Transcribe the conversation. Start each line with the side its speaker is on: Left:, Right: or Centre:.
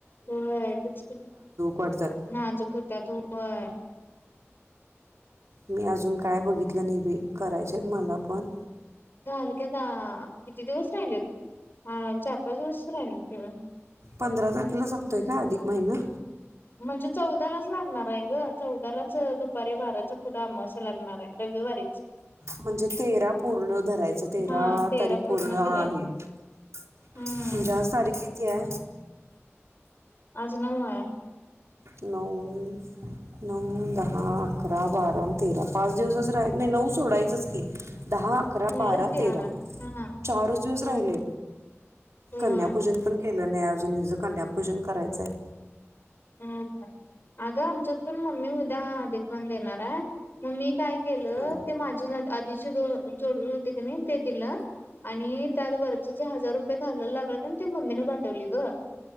Left: हो तेच तर
Right: वाटतात
Left: नाजूक होत त होय.
Right: मी अजून काय बघितलं नाही बाई करायचेत मला पण.
Left: झाल क आता किती दिवस राहिले अ चार पाच दिवस राहिले किहो.
Right: पंधरा तारखेला सपतोय का अधिक महिना.
Left: म्हणजे चौदालाच लागणार आहे ग चौदालाच दुपारी बाराच्या पुढं आम असं लागणार आहे रविवारीच.
Right: म्हणजे तेरा पूर्ण धरायचं तेरा
Left: हा तेरा
Right: तारीख पूर्ण
Left: धरायचं
Right: आहे म्हणजे
Left: हम्म
Right: आज तारीख तेरा
Left: आज नऊ आहेय.
Right: नऊ नऊ दहा अकरा बारा तेरा पाच दिवसच राहील नाही नऊ सोडायचंच की. दहा अकरा
Left: झालेच
Right: बारा
Left: की
Right: तेरा
Left: हा हा
Right: चारच दिवस
Left: होय
Right: राहिले
Left: होय
Right: कन्यापूजन पण केलं नाही आज अजून हिच कन्यापूजन करायचंय
Left: हम अगं आमच्यात पण मम्मी उद्या अधिक पण देणार आहे मम्मी काय गेलं
Right: हां
Left: ते माझ्या आधीचे जोडवी होते क नाही ते दिलं आणि त्या वरच ज हजार रुपये खायला लागला का ते मम्मीने पाठवली ग